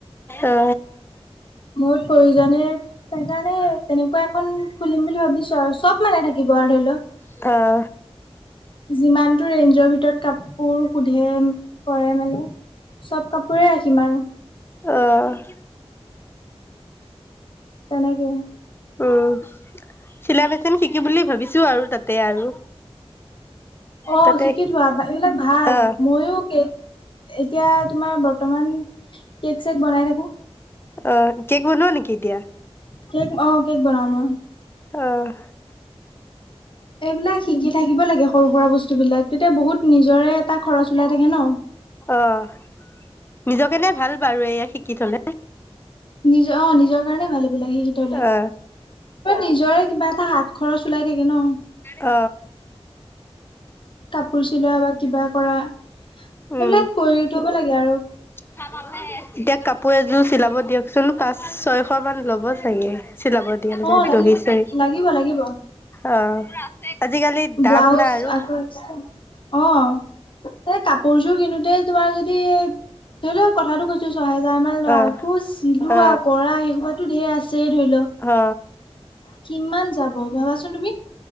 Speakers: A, on the left; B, on the left.
A: অ।
B: বহুত প্ৰয়োজনে সেইকাৰণে তেনেকুৱা এখন খুলিম বুলি ভাবিছোঁ আৰু চব। মানে থাকিব আৰু ধৰি লওক।
A: অ'।
B: যিমানটো ৰেঞ্জৰ ভিতৰত কাপোৰ সুধে কৰে মেলে চব কাপোৰেই ৰাখিম আৰু।
A: অ'।
B: তেনেকে
A: উম, চিলাই মেচিন শিকিম বুলি ভাবিছোঁ আৰু তাতে আৰু।
B: অ',
A: তাতে
B: শিকি থোৱা এইবিলাক ভাল
A: অ
B: মইও কেক, এতিয়া তোমাৰ বৰ্তমান কেক চেক বনাই থাকোঁ।
A: অ', কেক বনোৱা নেকি এতিয়া?
B: কেক অ কেক বনাও মই
A: অ'।
B: এইবিলাক শিকি থাকিব লাগে সৰু সুৰা বস্তু বিলাক তেতিয়া বহুত নিজৰে এটা খৰচ ওলাই। থাকে ন?
A: অ', নিজকেনে ভাল বাৰু এয়া শিকি থ'লে
B: নিজৰ অ', নিজৰ কাৰণে ভালবিলাক সেই গতলে
A: অ
B: ত নিজৰে কিবা এটা হাত খৰচ ওলাই থাকে ন
A: আ
B: কাপোৰ চিলোৱা বা কিবা কৰা,
A: উম
B: এইবিলাক কৰি থ'ব লাগে আৰু
A: <unintelligible> কাপোৰ এযোৰ চিলাব দিয়কচোন, পাঁচ ছয়শ মান ল'ব চাগে, চিলাব দিয়া
B: অ লাগিব
A: দহি চ
B: লাগিব লাগিব।
A: অ', আজিকালি দাম
B: ব্লাউজ
A: না আৰু
B: আকৌ এক্সট্ৰা অ'। কাপোৰযোৰ কিনোতে তোমাৰ যদি, এ, ধৰি লওঁ কথাটো কৈছো ছয় হেজাৰ মান
A: অ
B: আকৌ চিলোৱা
A: অ
B: কৰা, সেইসোপাতো ধেৰ আছে ধৰি ল
A: অ
B: কিমান যাব ভাবাচোন তুমি।